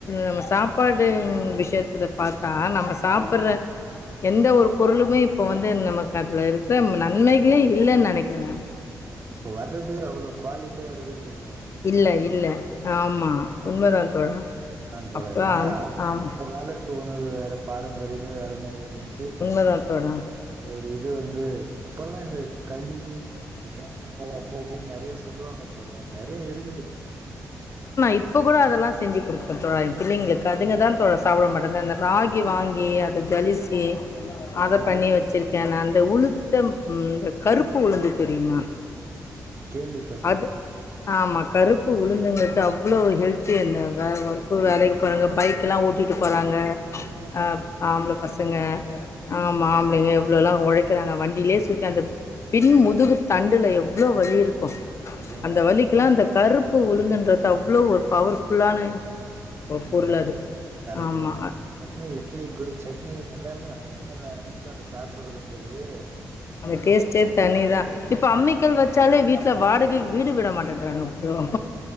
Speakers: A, on the left (about 45°); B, on the right (about 40°).
A: நம்ம சாப்பாடு விஷயத் துல பாத்தா நம்ம சாப்புட்ற எந்த ஒரு பொருளுமே இப்போ வந்து நமக்கு அதுல இருக்குற நன்மைகளே இல்லைன் நெனைக்கிற நானு
B: இப்போ வர்றது அவ்வளோ குவாலிட்டியா இருக்குறதில்ல
A: இல்ல இல்ல ஆமா உண்மதா தோழா
B: அதான் தோழர்
A: அப்போ
B: ஏன்னா
A: அந்த ஆமாம்
B: அந்த கால த்து உணவு வேற பாரம்பரியமே வேற மாதிரி இருந்துச்சு
A: உண்மைதான் தோழா
B: ஒரு இது வந்து அப்பெல்லாம் இந்த களி இந்த கேப்பங்கழி அப்படி இப்படின்னு நிறைய சொல்லுவாங்க தோழர் நிறைய இருக்குது
A: இப்ப கூட அதெல்லாம் செஞ்சு கொடுக்குறேன் தோழா பிள்ளைங்களுக்கு அதுங்கதான் சாப்பிட மாட்டாது அந்த ராகி வாங்கி அது ஜலிசி அதை
B: அதுதா
A: பண்ணி
B: தோழர்
A: வச்சிருக் கேன் நான் அந்த உளுத்தம் இந்த கருப்பு உளுந்து தெரியுமா
B: கேள்வி
A: அது ஆமா கருப் பு உளுந்தங்கிறது அவ்வளோ ஹெல்த்தி என்ன அந்த ஒர்க்கு வேலைக்கு போறாங்க பைக்கெலாம் ஓட்டிகிட்டு போறாங்க
B: ஆ
A: அ
B: தோழர் அதுதா
A: ஆம்பள பசங்க ஆமா ஆம்பளைங்க எவ்ளோல்லாம் உழைக்கிறாங்க வண்டியிலேயே சுத்தி அந்த பின் முதுகு தண்டுல எவ்வளோ வலி இருக்கும்
B: நிஜமா
A: அந்த
B: தோழர்
A: வலிக்கெல்லாம் அந்த கருப் பு உளுந்துன்றது அவ்வளோ ஒரு பவர்ஃபுல்லான
B: இந்த
A: பொருள் அது
B: கரெக்ட்
A: ஆமா
B: தா தோழர் இந்த சட்னி இட்லி கூட சட்னி இது எல்லாமே அம்மிக்கல்ல அரைச்சு அந்த சாப்பிடுறதுங்கிறது
A: அந்த டேஸ்டே தனிதான் இப்ப அம்மிக்கல்
B: ஆமா தோழர்
A: வச்சாலே வீட் ல வாடகைக்கு வீடு விட மாட்டேன்டுறாங்க ப்ரோ